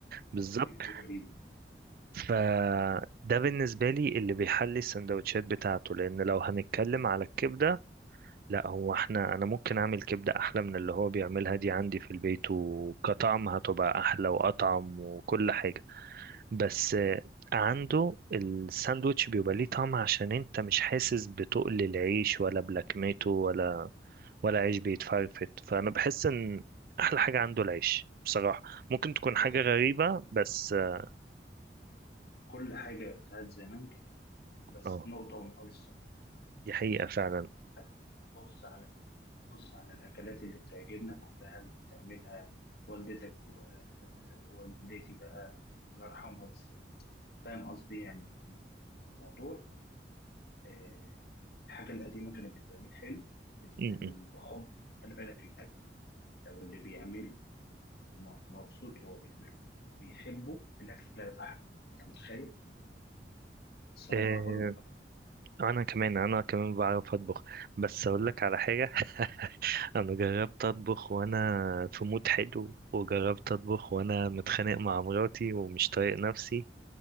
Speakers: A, on the right; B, on the left.
A: بالظبط
B: أنا بجيب جبريل.
A: فده بالنسبه لي اللي بيحلي السندوتشات بتاعته لان لو هنتكلم على الكبده لا هو احنا انا ممكن اعمل كبدة احلى من اللي هو بيعملها دي عندي في البيت وكطعم هتبقى احلى واطعم وكل حاجة بس آه، عنده الساندوتش بيبقى ليه طعم عشان انت مش حاسس بتقل العيش ولا بلكمته ولا ولا عيش بيتفرفت فانا بحس ان احلى حاجة عنده العيش بصراحة ممكن تكون
B: بص
A: حاجة غريبة بس اه
B: كل حاجة بتاعت زمان كانت حلوة. بس
A: آه،
B: نقطة من أول الصف
A: دي
B: يعني
A: حقيقة فعلا
B: بص على بص على الأكلات اللي بتعجبنا كلها اللي بتعملها والدتك ووالدتي بقى الله يرحمها بس فاهم قصدي يعني الموضوع آه، الحاجة القديمة كانت بتتعمل حلو بتتعمل
A: م- م.
B: بحب خلي بالك الأكل لو اللي بيعمله م- مبسوط وهو بيعمله وبيحبه الأكل هيطلع حلو أنت متخيل؟ بس أنا
A: آه،
B: بعرف أطبخ
A: انا كمان انا كمان بعرف اطبخ بس اقول لك على حاجة انا جربت اطبخ وانا في مود حلو وجربت اطبخ وانا متخانق مع مراتي ومش طايق نفسي